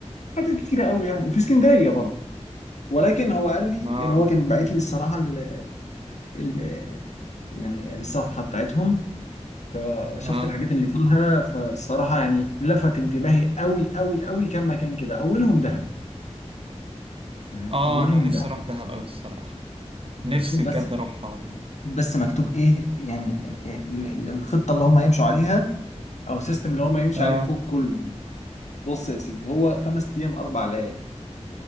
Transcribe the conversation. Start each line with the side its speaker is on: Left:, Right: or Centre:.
Left: حاجات كتيرة قوي يعني وفي اسكندرية برضو ولكن هو قال لي
Right: اه
Left: يعني هو كان باعت لي الصراحة ال ال يعني الصفحة بتاعتهم فشفت
Right: اه
Left: الحاجات اللي فيها فالصراحة يعني لفت انتباهي قوي قوي قوي كم مكان كده أولهم دهب فاهم
Right: اه
Left: أولهم
Right: انا نفسي
Left: دهب
Right: اروح دهب قوي الصراحة نفسي
Left: شوف بس
Right: بجد
Left: شوف
Right: اروحها والله
Left: بس مكتوب ايه يعني ال- ال- الخطه اللي هم هيمشوا عليها او السيستم اللي هم هيمشي
Right: اه
Left: عليه الفوق كله بص يا سيدي هو خمس ايام اربع ليالي